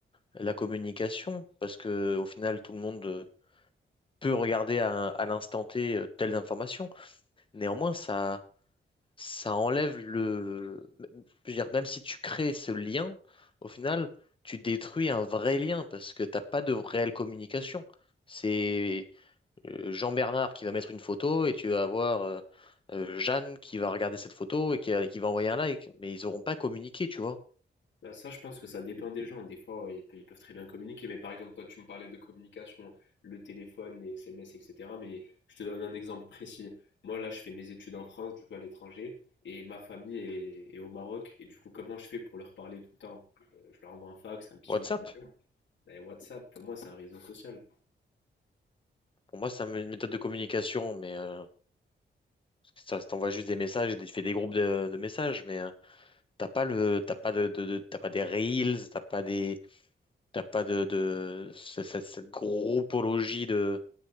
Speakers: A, on the left (about 25°); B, on the left (about 85°).
A: la communication, parce que au final, tout le monde euh, peut regarder à, un- à l'instant T euh, telles informations. Néanmoins, ça, ça enlève le. Je veux dire, même si tu crées ce lien, au final, tu détruis un vrai lien, parce que t'as pas de réelle communication. C'est euh, Jean-Bernard qui va mettre une photo et tu vas avoir euh, euh, Jeanne qui va regarder cette photo et qui, qui va envoyer un like. Mais ils n'auront pas communiqué, tu vois.
B: Bah, ça, je pense que ça dépend des gens. Des fois, ils, pe- ils peuvent très bien communiquer, mais par exemple, toi, tu me parlais de communication, le téléphone, les SMS, etc. Mais je te donne un exemple précis. Moi, là, je fais mes études en France, du coup, à l'étranger, et ma famille est, est au Maroc. Et du coup, comment je fais pour leur parler tout le temps? Euh, je leur envoie un fax, un pigeon,
A: WhatsApp,
B: et WhatsApp, pour moi, c'est un réseau social.
A: pour moi, c'est une méthode de communication, mais euh, ça ça t'envoie juste des messages et des- fait des groupes de, de messages, mais euh, t'as pas le, t'as pas de, de- de- t'as pas des reels, t'as pas des, t'as pas de, de ce- cette, cette groupologie de,